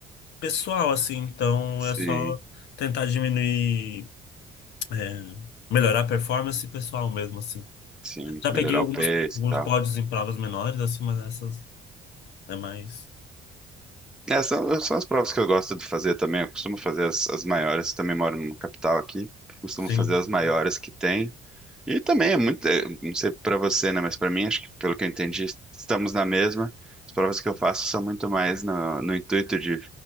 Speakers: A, on the left (about 80°); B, in the centre.
A: pessoal, assim, então
B: sim,
A: é só tentar diminuir, é, melhorar a performance pessoal mesmo, assim.
B: sim,
A: Já
B: melhorar
A: peguei algumas,
B: o pace
A: alguns
B: e tal.
A: pódios em provas menores, assim, mas essas é mais.
B: É, são, são as provas que eu gosto de fazer também. Eu costumo fazer as, as maiores, também moro numa capital aqui. Costumo
A: Sim,
B: fazer as maiores que tem. E também é muito, é, não sei pra você, né, mas pra mim, acho que pelo que eu entendi, estamos na mesma. As provas que eu faço são muito mais no, no intuito de